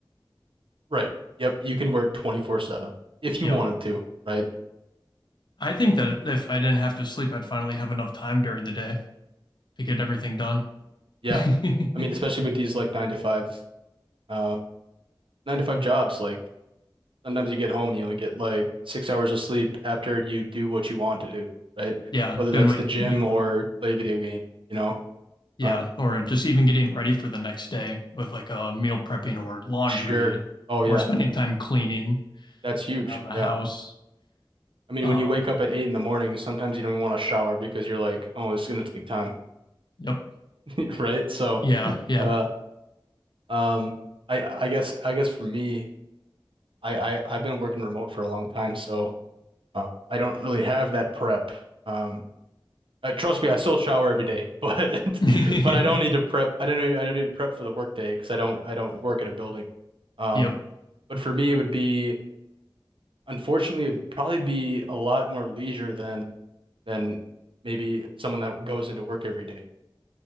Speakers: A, on the right; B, on the left.
A: Right. Yep, you can work 24/7 if you
B: Yep.
A: wanted to, right?
B: I think that if I didn't have to sleep, I'd finally have enough time during the day to get everything done.
A: Yeah.
B: <laughs>
A: I mean, especially with these like 9 to 5 uh 9 to 5 jobs, like sometimes you get home and you only get like 6 hours of sleep after you do what you want to do, right?
B: Yeah,
A: Whether
B: doing
A: that's
B: what
A: the gym
B: you want.
A: or play a video game, you know.
B: Yeah,
A: Um,
B: or just even getting ready for the next day with like a meal prepping or laundry
A: sure. Oh yeah,
B: or spending time cleaning.
A: That's huge.
B: around the
A: Yeah.
B: house.
A: I mean,
B: Um,
A: when you wake up at eight in the morning, sometimes you don't even want to shower because you're like, oh, it's gonna take time,
B: yep.
A: <laughs> right? So,
B: Yeah. Yeah.
A: uh, um, I I guess I guess for me, I, I I've been working remote for a long time, so um, I don't really have that prep. Um, uh, trust me, I still shower every day, <laughs> but
B: <laughs>
A: but I don't need to prep. I don't need, I don't need to prep for the workday because I don't I don't work at a building. Um,
B: yep.
A: but for me, it would be. Unfortunately, it'd probably be a lot more leisure than than maybe someone that goes into work every day.